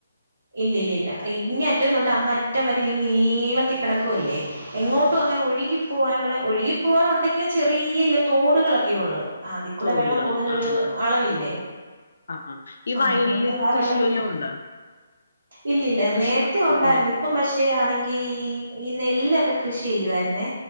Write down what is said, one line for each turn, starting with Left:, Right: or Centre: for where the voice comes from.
Right: ഇല്ല ഇല്ല ഇല്ല ഇങ്ങ അറ്റം തൊട്ട് അങ്ങ് അറ്റം വരെ നി നീളത്തി കിടക്കുവല്ലേ. എങ്ങോട്ടും അങ്ങനെ ഒഴുകി പോകാനുള്ള ഒഴുകി പോകാനുണ്ടെങ്കിലും ചെറിയ തോടുകളൊക്കെ ഉള്ളു അതി കൂടെ
Left: തോടുകള്
Right: വെള്ളം പോകതിനൊരു
Left: ആഹ് ആഹ് ആഹ്
Right: അളവില്ലേ.
Left: ആഹ് ആഹ് ഈ
Right: ആഹ്
Left: വയലില്
Right: അതുകൊണ്ട് ആ
Left: കൃഷി
Right: വെള്ള ഇങ്ങനെ
Left: വല്ലോം ഉണ്ടോ
Right: ഇല്ലില്ല
Left: കൃഷി
Right: നേരത്തെ ഉണ്ടായിരുന്നു.
Left: ഇല്ല
Right: ഇപ്പം പക്ഷേ ആണെങ്കിൽ ഈ നെല്ലൊക്കെ കൃഷി ചെയ്യുവായിരുന്നേ.